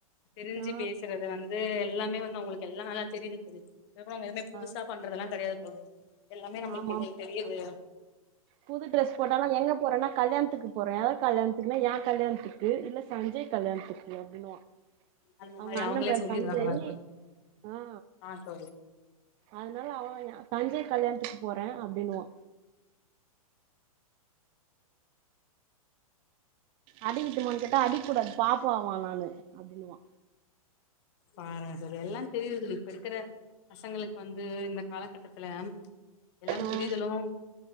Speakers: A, on the left; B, on the right.
A: தெரிஞ்சு
B: ஆ
A: பேசுறது வந்து எல்லாமே வந்து அவங்களுக்கு எல்லா நல்லா தெரியுது தோழி இருக்குறவங்க எதுவுமே புதுசா
B: ஆ
A: பண்றதுயெல்லா கிடையாது தோழி எல்லாமே நம்மளுக்கு
B: ஆமாமா
A: இதுல தெரியுது
B: புது ட்ரெஸ் போட்டாலு எங்க போறேனா கல்யாணத்துக்கு போறன் யார் கல்யாணத்துக்குன்னா ஏ கல்யாணத்துக்கு இல்ல சஞ்சய் கல்யாணத்துக்கு அப்டினுவா
A: அந்த
B: அவங்க
A: மாரி
B: அண்ணன்
A: அவங்களே
B: பேர்
A: சொல்லிடுறாங்களா
B: சஞ்சய்
A: தோழி
B: ஆ
A: ஆ தோழி
B: அதனால அவன் சஞ்சய் கல்யாணத்துக்கு போறேன் அப்டின்னுவா அடிக்கட்டுமானு கேட்டா அடிக்க கூடாது பாப்பாவா நானு அப்டின்னுவா
A: பாருங்க தோழி எல்லா தெரியுது தோழி இப்ப இருக்கிற பசங்களுக்கு வந்து இந்த காலகட்டத்துல ம்ச் எல்லாம்
B: ஆ
A: புரிதலும்